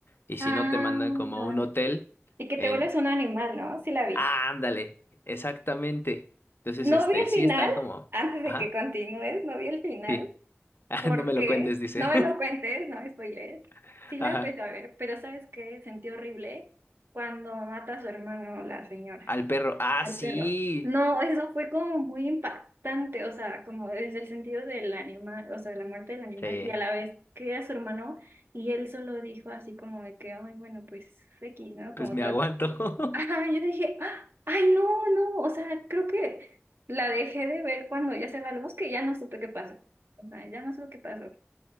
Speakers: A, on the left; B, on the right.
A: Y si
B: Ah,
A: no, te mandan como a un hotel
B: y que
A: en...
B: te vuelves un animal, ¿no? Sí la vi.
A: Ah, ándale, exactamente. Entonces,
B: No
A: este,
B: vi el final,
A: sí está como...
B: antes
A: Ajá,
B: de que continúes, no vi el final,
A: sí. <laughs> Ah,
B: porque
A: no me lo cuentes, dice.
B: no me lo cuentes, no me spoilees.
A: <laughs>
B: Sí la
A: Ajá.
B: empecé a ver, pero ¿sabes qué? Sentí horrible cuando mata a su hermano, la señora,
A: Al perro. Ah,
B: al
A: sí.
B: perro. No, eso fue como muy impactante, o sea, como desde el sentido del animal, o sea, de la muerte del animal,
A: Sí,
B: y a la vez que era su hermano, y él solo dijo así como de que, ay, bueno, pues X, ¿no?
A: pues
B: Como
A: me aguanto. <laughs>
B: Ajá, yo dije, "Ah, ay, no, no, o sea, creo que la dejé de ver cuando ya se va al bosque y ya no supe qué pasó. O sea, ya no supe qué pasó.